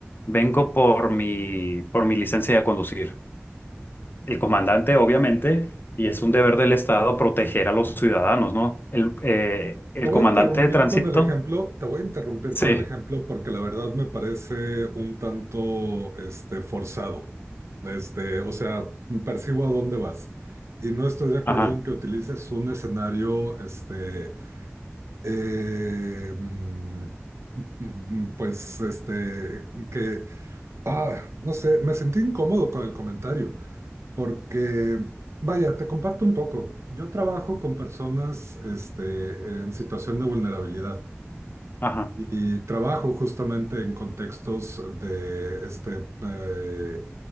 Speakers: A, on the left (about 45°); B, on the right (about 70°).
A: vengo por mi, por mi licencia de conducir. El comandante, obviamente, y es un deber del Estado proteger a los ciudadanos, ¿no? El, eh, el
B: Te voy
A: comandante
B: a interrumpir
A: de tránsito.
B: con el ejemplo, te voy a interrumpir
A: Sí.
B: con el ejemplo porque la verdad me parece un tanto, este, forzado. Este, o sea, percibo a dónde vas. Y no estoy de acuerdo
A: Ajá,
B: en que utilices un escenario, este, eh, mm, mm, pues, este, que, ah, no sé, me sentí incómodo con el comentario. porque, vaya, te comparto un poco. Yo trabajo con personas, este, en situación de vulnerabilidad
A: ajá,
B: y trabajo justamente en contextos de, este, eh,